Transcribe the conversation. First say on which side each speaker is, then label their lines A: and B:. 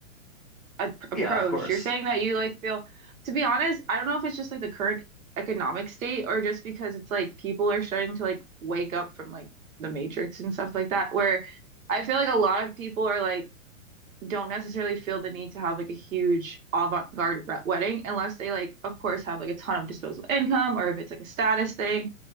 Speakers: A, on the right; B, in the centre.
A: a- approach.
B: Yeah, of course.
A: You're saying
B: <laughs>
A: that you like feel, to be honest, I don't know if it's just like the current economic state or just because it's like people are starting to like wake up from like the Matrix and stuff like that, where I feel like a lot of people are like don't necessarily feel the need to have like a huge avant-garde re- wedding unless they like, of course, have like a ton of disposable income or if it's like a status thing.